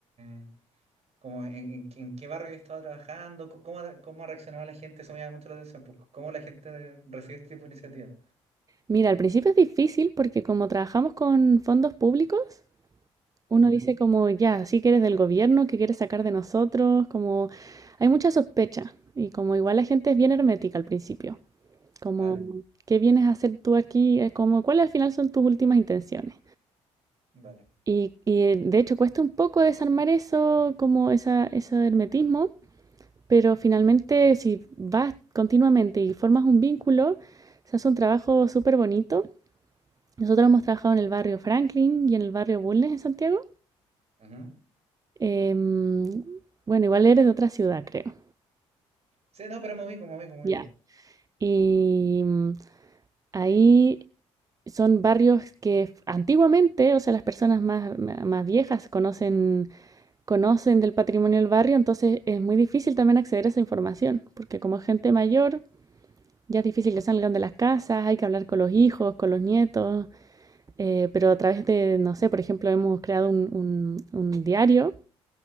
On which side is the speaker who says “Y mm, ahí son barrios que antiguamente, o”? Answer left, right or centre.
Right